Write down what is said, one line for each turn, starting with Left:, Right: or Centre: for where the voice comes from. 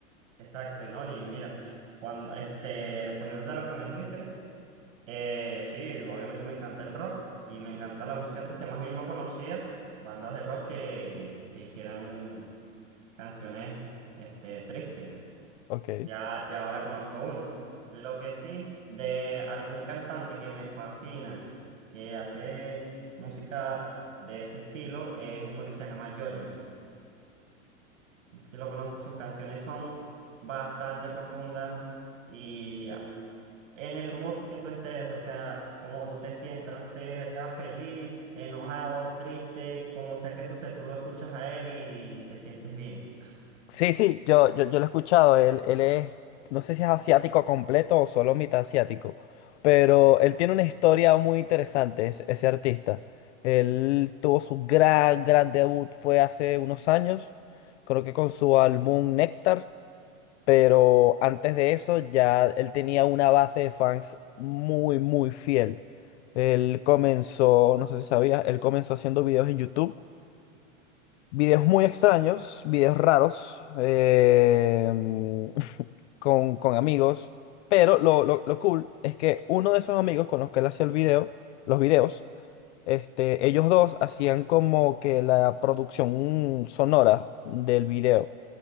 Right: Exacto, ¿no? Y mira, cuando este, respondiéndote a lo que me dijiste, eh, sí, obviamente me encanta el rock y me encanta la música triste. Más bien no conocía bandas de rock que, que hicieran canciones este, tristes.
Left: Ok.
Right: Ya, ya ahora conozco una. Lo que sí, de algún cantante que me fascina, que hace música de ese estilo, es uno que se llama Joji. No sé si lo conoces, sus canciones son bastante profundas y en el mood que tú estés, o sea, como tú te sientas, sea feliz, enojado, triste, como sea que tú estés, tú lo escuchas a él y te sientes bien.
Left: Sí, sí, yo, yo, yo lo he escuchado. Él, él es, no sé si es asiático completo o solo mitad asiático, pero él tiene una historia muy interesante, ese, ese artista. Él tuvo su gran, gran debut, fue hace unos años, creo que con su álbum Néctar, pero antes de eso ya él tenía una base de fans muy, muy fiel. Él comenzó, no sé si sabías, él comenzó haciendo videos en YouTube Videos muy extraños, videos raros, eh, <laughs> con, con amigos. Pero lo, lo- lo cool es que uno de esos amigos con los que él hacía el video, los videos, este, ellos dos hacían como que la producción sonora del video,